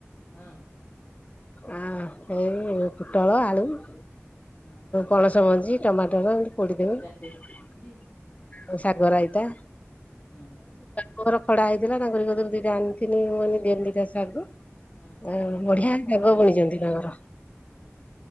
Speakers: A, on the left; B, on the left.
A: ହଁ,
B: ଆ ଏଇ ପୋଟଳ ଆଳୁ ହୁଁ,
A: ହଁ।
B: ପଣସ ମଞ୍ଜି ଟମାଟର ଏମିତି ପୋଡି଼ଦବେ
A: ରାତି ପୁରୀ
B: ଶାଗ ରାଇତା,
A: ହୁଁ,
B: ମୋର ଖ଼ଡା ହେଇଥିଲା ତାଙ୍କୁ ଯୋଉଥିରୁ ଦିଟା ଆଣିଥିନି ମୁଁ କହିଲି ଦେଲିି ତା ସାଗୁ,
A: ହଁ।
B: ଆ ବଢ଼ିଆ
A: ଖଡା
B: ରାଗ ବୁଣିଛନ୍ତି ତାଙ୍କର,